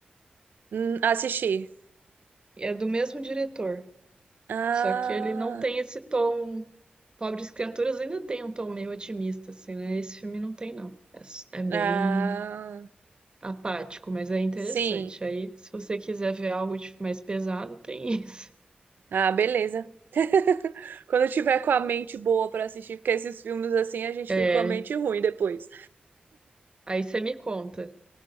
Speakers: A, on the right (about 80°); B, on the right (about 30°).
A: Hum, assistir.
B: É do mesmo diretor.
A: Ah,
B: Só que ele não tem esse tom. Pobres Criaturas ainda tem um tom meio otimista, assim, né? Esse filme não tem, não. É, s- é bem
A: ah,
B: apático, mas é interessante.
A: sim.
B: Aí, se você quiser ver algo de- mais pesado, tem <laughs> isso.
A: Ah, beleza. <laughs> Quando eu tiver com a mente boa pra assistir, porque esses filmes assim a gente
B: É.
A: fica com a mente ruim depois.
B: Aí você me conta.